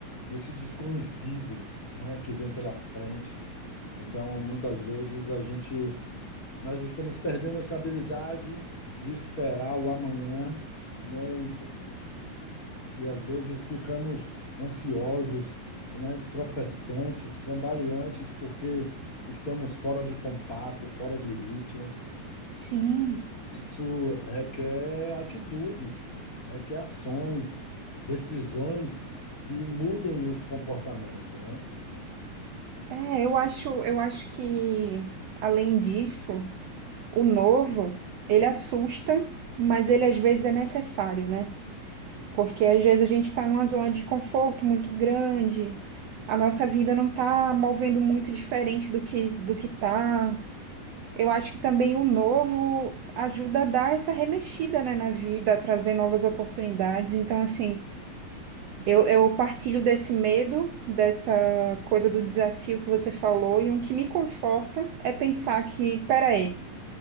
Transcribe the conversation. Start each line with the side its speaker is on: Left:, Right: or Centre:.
Left: desse desconhecido, né, que vem pela frente. Então, muitas vezes a gente Nós estamos perdendo essa habilidade de esperar o amanhã, né? E, e, e às vezes ficamos ansiosos, né? Tropeçantes, cambaleantes, porque estamos fora de compasso, fora de ritmo.
Right: Sim,
Left: Isso requer atitudes, requer ações, decisões que mudem esse comportamento, né?
Right: é, eu acho, eu acho que além disso, o novo, ele assusta, mas ele às vezes é necessário, né? Porque às vezes a gente está numa zona de conforto muito grande, a nossa vida não está movendo muito diferente do que do que tá. Eu acho que também o novo ajuda a dar essa remexida, né, na vida, a trazer novas oportunidades. Então, assim, eu, eu partilho desse medo, dessa coisa do desafio que você falou, e um que me conforta é pensar que, peraí,